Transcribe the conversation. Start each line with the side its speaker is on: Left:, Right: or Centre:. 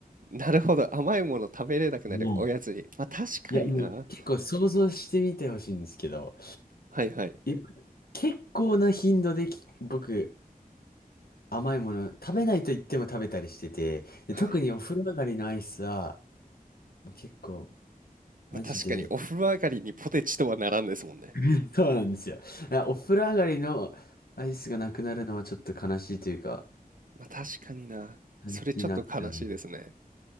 Right: なるほど。甘いもの食べれなくなるおやつに。
Left: もう、
Right: まあ確かにな。
Left: いやもう結構想像してみてほしいんですけど、
Right: はいはい。
Left: いや結構な頻度でき僕甘いもの食べないと言っても食べたりしてて、で特にお風呂上がりのアイスは
Right: はい。
Left: もう結構
Right: まあ確かにお風呂上がりにポテチとはならんですもんね。
Left: マジで。<laughs> そうなんですよ。あお風呂上がりのアイスがなくなるのはちょっと悲しいというか、
Right: まあ確かにな。
Left: 悲しいなって思う。
Right: それちょっと悲しいですね。